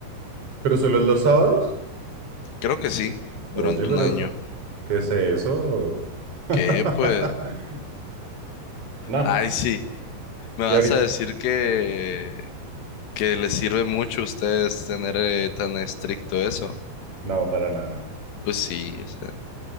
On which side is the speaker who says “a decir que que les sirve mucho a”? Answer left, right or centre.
Left